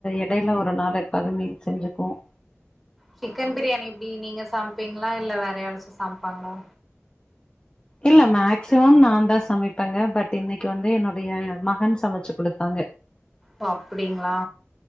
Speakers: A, on the left; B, in the centre.
A: எடையில ஒரு நாள் எப்வாது மீன் செஞ்சுப்போம்
B: சிக்கன் பிரியாணி எப்டி நீங்க சமப்பீங்களா இல்ல வேற யாறாச்சும் சமப்பாங்களா
A: இல்ல மேக்சிமம் நான் தா சமப்பேங்க பட் இன்னைக்கு வந்து என்னுடைய மகன் சமச்சு கொடுத்தாங்க
B: ஒ அப்டிங்களா